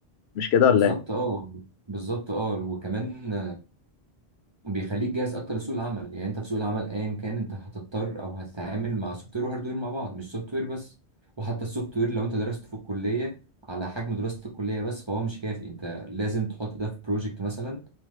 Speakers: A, on the left; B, on the right.
A: مش كده
B: بالظبط
A: ولا إيه؟
B: اه بالظبط اه وكمان بيخليك جاهز اكتر لسوق العمل يعني انت في سوق العمل ايا كان انت هتضطر او هتتعامل مع سوفت وير وهاردوير مع بعض مش سوفت وير بس وحتى السوفت وير لو انت درسته في الكليه على حجم دراسه الكليه بس فهو مش كافي انت لازم تحط ده في بروجكت مثلا